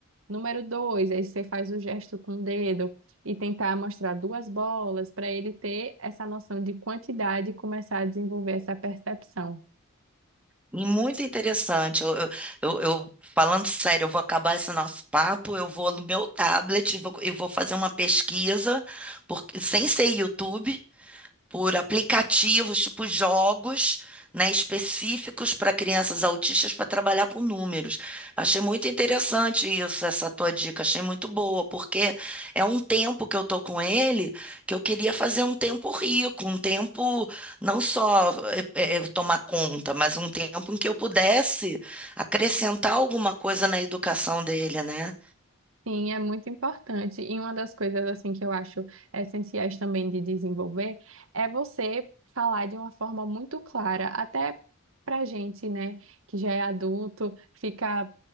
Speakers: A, on the right; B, in the centre.
A: número dois, aí você faz o gesto com o dedo e tentar mostrar duas bolas para ele ter essa noção de quantidade e começar a desenvolver essa percepção.
B: E Muito interessante. Eu, eu, eu- eu- falando sério, eu vou acabar esse nosso papo, eu vou no meu tablet e vou, e vou fazer uma pesquisa, porque sem ser YouTube, por aplicativos, tipo jogos, né, específicos para crianças autistas para trabalhar com números. Achei muito interessante isso, essa tua dica, achei muito boa, porque é um tempo que eu tô com ele, que eu queria fazer um tempo rico, um tempo não só eh, eh, tomar conta, mas um tempo em que eu pudesse acrescentar alguma coisa na educação dele, né?
A: Sim, é muito importante. E uma das coisas assim que eu acho essenciais também de desenvolver é você falar de uma forma muito clara, até pra gente, né, que já é adulto, fica